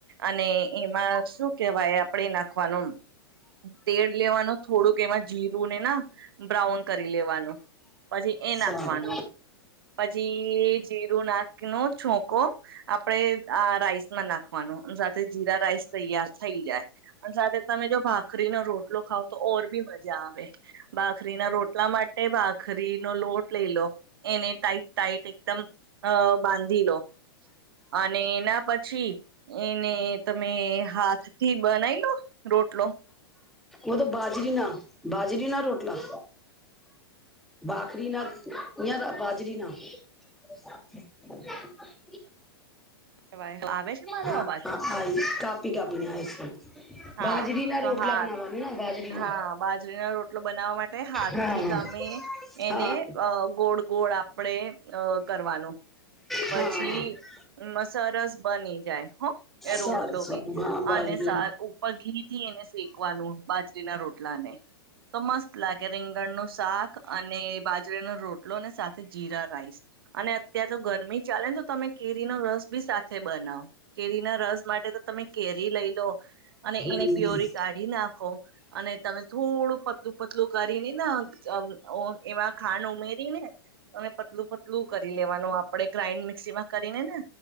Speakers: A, on the right (about 65°); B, in the centre.
A: અને એમાં શું કેવાય? આપણેે નાખવાનું. તેલ લેવાનું થોડુંક એમાં જીરુંને ના બ્રાઉન કરી લેવાનું. પછી
B: સારું.
A: એ નાખવાનું, પછી જીરું નો નાખો, છોકો. આપણેે આ રાઈસમાં નાખવાનું, સાથે જીરા-રાઈસ તૈયાર થઈ જાય. અને સાથે તમે જો ભાખરીનો રોટલો ખાવતો, ઓર ભી મજા આવે. ભાખરીના રોટલા માટે, ભખરીનો લોટ લઈલો. એને ટાઈટ, ટાઈટ એકદમ, અ બાંધી લો. અને એના પછી એને તમે હાથથી બનાવી લો રોટલો.
B: ઉ તો બાજરી ના, બાજરી ના રોટલા. બાખરી ના, બાજરી ના હોય. <inaudible>
A: તોવા આવે છે મારો
B: હા
A: અવાજ
B: હા આઈ કાપી કાપી ને આઈ છે
A: હા
B: બાજરી ના
A: તો
B: રોટલા
A: હા
B: બનાવાનું બાજરીના
A: હા બાજરીનો રોટલો બનાવવા માટે હાથથી
B: હા હા
A: તમે એને
B: હા.
A: અ ગોળ ગોળ આપડે અ કરવાનું પછી
B: હા
A: સરસ બની જાય હો એ
B: સારું
A: રોટલો
B: સારું
A: બી
B: હા બાજુ
A: અને પઘલી થી એને શેકવાનું બાજરીના રોટલા ને તો મસ્ત લાગે રંગ રીગણ નું શાક અને બાજરીનો રોટલો અને સાથે જીરા રાઈસ અને અત્ય્યારે તો ગરમી ચાલે ને તો તમે કેરીનો રસ બી સાથે બનાવ કેરી ના રસ માટે તો તમે કેરી લઈ લો અને એની
B: હમ
A: પ્યોરી કાઢ નાખો અને તમે થોડું પતલું પતલું કરીને ઓ એવા ખાંડ ઉમેરી ને અને પતલું પતલું કરી લેવાનું આપડે ગ્રાાઈન્ડ મિક્સી માં કરીને ને